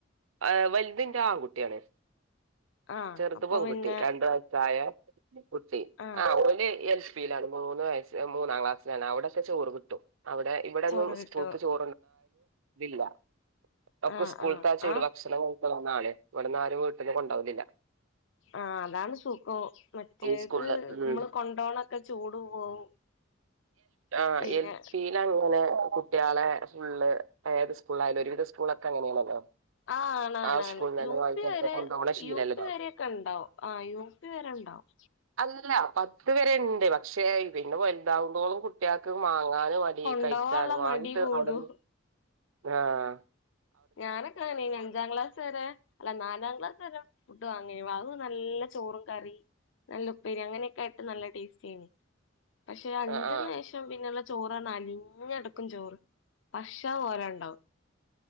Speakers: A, on the right; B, on the left.
A: ആഹ് വലുതിന്റെ ആൺകുട്ടിയാണ്
B: ആഹ്
A: ചെറുത്
B: അപ്പൊ
A: പെൺകുട്ടി
B: പിന്നെ
A: രണ്ട സായ കുട്ടി
B: ആഹ്
A: ഓല് എ മൂന്ന് വയസ് മൂന്നാം ക്ലാസിലാണ് അവിടെക്ക ചോറ് കിട്ടും അവിടെ ഇവിടെങ്ങും
B: ചോറ് കിട്ടും
A: സ്കൂക്ക് ചോ ഇല്ല <unintelligible> അവൾക്ക്
B: ആഹ്
A: സ്കൂൾത്ത
B: ആഹ്
A: ചൂ
B: ആഹ്
A: ഭക്ഷണം കഴിക്കണന്നാണ് ഇവിട്ന്ന് ആരും വീട്ടിന്ന് കൊണ്ടോവലില്ല
B: ആ അതാണ് സുഖം മറ്റേത്
A: ഈ സ്കൂളില് ഉം
B: നമ്മള് കൊണ്ടോണൊക്കെ ചൂട് പോവും <inaudible>
A: ആഹ്
B: പിന്നെ
A: എൽ പി അങ്ങനെ കുട്ടികളെ ഫുള്ള് ഏത് സ്കൂളിലായാലും ഒരുവിധ സ്കൂളൊക്കെ അങ്ങനെയാണല്ലോ
B: ആഹ് ആണാണ്
A: ആ സ്കൂളിൽ തന്നെ
B: യു
A: വാങ്ങിച്ചൊക്കെ
B: പി വരെ
A: കൊണ്ടോവണ ശീലല്ലേ
B: യു പി വരെയൊക്കെ ഇണ്ടാവും ആ യു പി വരെ ഉണ്ടാവും
A: അല്ല പത്ത് വരെ ഇണ്ട് പക്ഷേ പിന്നെ വലുതാകുന്തോളും കുട്ടികൾക്ക് മാങ്ങാ ആ
B: കൊണ്ടോവാള്ള
A: കഴിച്ചാർ വാങ്ങിട്ട്
B: മടി കൂടും
A: അവിടെന്ന് ആഹ്
B: ഞാനൊക്ക അങ്ങനെയാരുന്നു അഞ്ചാം ക്ലാസ് വരെ അല്ല നാലാം ക്ലാസ്സ്‌ വരെ ഫുഡ് വാങ്ങി വാങ്ങുമ്പോ നല്ല ചോറും കറിം നല്ല ഉപ്പേരി അങ്ങനെയെക്കെ ആയിട്ട് നല്ല ടേസ്റ്റി ആയിനി പക്ഷേ അഞ്ചിന്ന്
A: ആ ആ
B: ശേഷം പിന്നൊള്ള ചോറാണ് അളിഞ്ഞെടുക്കും ചോറ് പക്ഷേ റ്റ പോലെ ഉണ്ടാവും